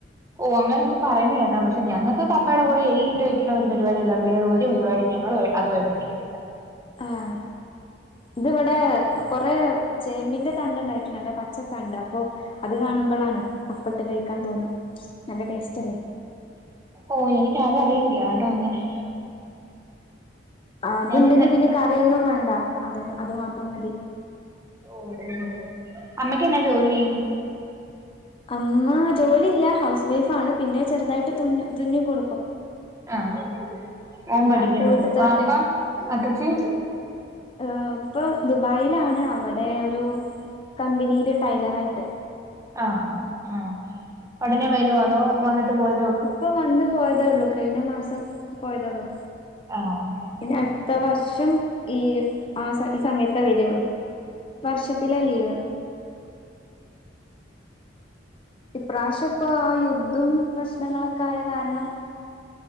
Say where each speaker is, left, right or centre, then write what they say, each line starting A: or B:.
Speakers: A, on the right; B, on the left.
A: ഓഹ് അങ്ങനെയൊക്കെ പറയുന്ന കേക്കാ പക്ഷെ ഞങ്ങക്ക് കപ്പേടെ
B: ആഹ്
A: കൂടെ എല്ല് വെക്ക്ണ ഒരു പരിപാടി അല്ലാതെ വേറെ ഒരു പരിപാടി ഞങ്ങൾ അതുമായിട്ട് ല്ല.
B: ആഹ് ഇത് ഇവടെ കൊറെ ചേമ്പിന്റെ തണ്ട് ണ്ടായിട്ടുണ്ട്. അല്ലെ പച്ചത്തണ്ട് അപ്പൊ അത് കാണുമ്പളാണ് കപ്പട്ട് കഴിക്കാൻ തോന്ന നല്ല ടേസ്റ്റ് ല്ലേ?
A: ഓഹ് എനിക്ക് അതറിയത്തില്ല ട്ടോ അങ്ങനെ
B: ആ അത്ണ്ട്
A: ഞാനിന്ന്
B: ങ്ങി പിന്നെ കറിയൊന്നും വേണ്ട. അത് മാത്രം മതി.
A: ഓഹ് അമ്മയ്ക്കെന്നാ ജോലി?
B: അമ്മ ജോലിയില്ല. ഹൗസ് വൈഫാ ണ് പിന്നെ ചെറുതായിട്ട് തുന്നും തുന്നി കൊടുക്കും.
A: ആഹ് ഓൻ പഠിക്കുന്നു.
B: അടുത്ത വീട്ടത്തൊക്കെ
A: വാപ്പാ അത്തച്ചി
B: ഏഹ് ഇപ്പ ദുബായിലാണ്. അവിടെ ഒരു കമ്പനിയില് ടൈലറയിട്ട്.
A: ആഹ് ആ ആ ഉടനെ വരോ അതോ വന്നിട്ട് പോയ
B: ഇപ്പൊ വന്ന് പോയതേ ഒള്ളൂ. കഴിഞ്ഞ മാസം പോയതോള്ളു.
A: ആഹ് ഓക്കെ ഒക്കെ
B: പിന്നെ അടുത്ത വർഷം ഈ ആ ഈ സമയത്ത വരുള്ളൂ. വർഷത്തില ലീവ്. ഇപ്രാവശ്യം ഇപ്പോ ആ യുദ്ധ്യും പ്രശ്നങ്ങളൊക്കായ കാരണം